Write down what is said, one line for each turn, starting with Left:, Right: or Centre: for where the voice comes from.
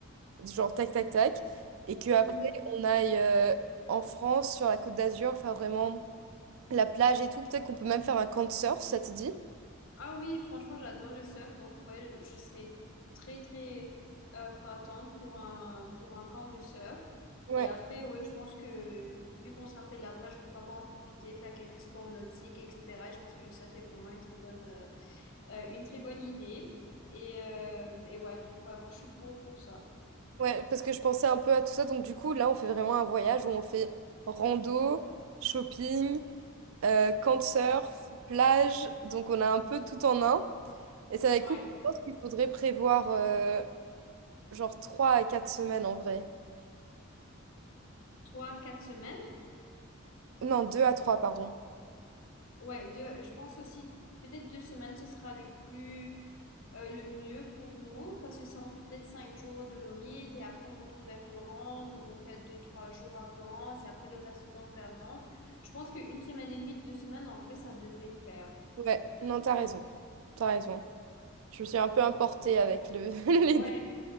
Right: genre tac tac tac. Et que après
Left: Mm-hmm.
Right: on aille euh, en France, sur la Côte d'Azur, faire vraiment la plage et tout. Peut-être qu'on peut même faire un camp de surf, si ça te dit.
Left: Ah oui, franchement, j'adore le surf, donc ouais, je serais très très euh, partante pour un pour un camp de surf.
Right: Ouais,
Left: Et après, ouais, je pense que vu qu'on sera près de la plage, pourquoi pas en profiter, faire quelques sports nautiques, etc. Et je pense que le surf est vraiment une très bonne euh, euh, une très bonne idée. Et, euh, et ouais, donc ouais, moi je suis pour pour ça.
Right: ouais, parce que je pensais un peu à tout ça. Donc du coup, là, on fait vraiment un voyage où on fait rando, shopping, euh, camp de surf, plage. Donc on a un peu tout en un. Et ça va être
Left: Ouais,
Right: cool. Je pense qu'il faudrait prévoir euh, genre 3 à 4 semaines en vrai.
Left: trois quatre semaines.
Right: Non, 2 à 3 pardon.
Left: Ouais, deux, je pense aussi peut-être deux semaines, ce sera le plus euh, le mieux pour nous, parce que si on fait peut-être cinq jours aux Dolomites et après on retourne vers Florence, donc on fait deux, trois jours à Florence et après le reste du temps vers Nantes, je pense qu'une semaine et demie, deux semaines, en vrai, ça devrait le faire.
Right: Ouais, non, t'as raison. T'as raison. Je me suis un peu importée avec le... <laughs>
Left: Ouais,
Right: les dates.